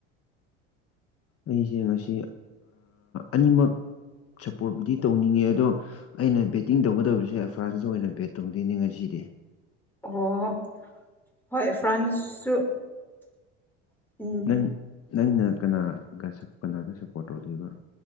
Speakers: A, on the left (about 45°); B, in the centre.
A: ꯑꯩꯁꯦ ꯉꯁꯤ ꯑꯅꯤꯃꯛ ꯁꯞꯄꯣꯔꯠꯄꯨꯗꯤ ꯇꯧꯅꯤꯡꯉꯦ ꯑꯗꯣ ꯑꯩꯅ ꯕꯦꯠꯇꯤꯡ ꯇꯧꯒꯗꯧꯔꯤꯁꯦ ꯑꯦꯐ꯭ꯔꯥꯟꯁ ꯑꯣꯏꯅ ꯕꯦꯠ ꯇꯧꯗꯅꯤ ꯉꯁꯤꯗꯤ
B: ꯑꯣ ꯍꯣꯢ ꯐ꯭ꯔꯥꯟꯁꯁꯨ ꯎꯝ
A: ꯎꯝ ꯅꯪꯅ ꯀꯅꯥꯒ ꯁꯞ ꯀꯅꯥꯗ ꯁꯞꯄꯣꯔꯠ ꯇꯧꯗꯩꯕ